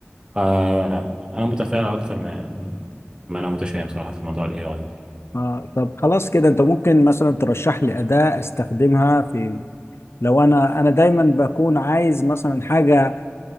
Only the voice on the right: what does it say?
فانا متفائل اكتر ما يعني ما انا متشائم صراحة في موضوع الاي اي ده.